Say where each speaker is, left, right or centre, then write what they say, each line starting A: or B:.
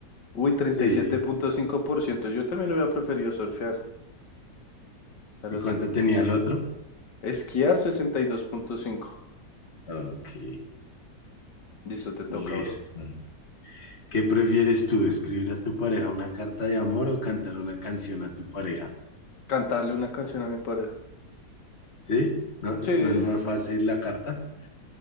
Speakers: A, on the left; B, on the left.
A: Uy, treinta
B: Sí.
A: y siete punto cinco por ciento Yo también hubiera preferido surfear, pero
B: ¿Y cuánto
A: es el
B: tenía el otro?
A: esquiar sesenta y dos punto cinco
B: Ok,
A: Listo, te toca,
B: listo.
A: bro.
B: ¿Qué prefieres tú, escribir a tu pareja una carta de amor o cantar una canción a tu pareja?
A: Cantarle una canción a mi pareja.
B: ¿Sí? ¿No, no
A: Sí.
B: es más fácil la carta? <laughs>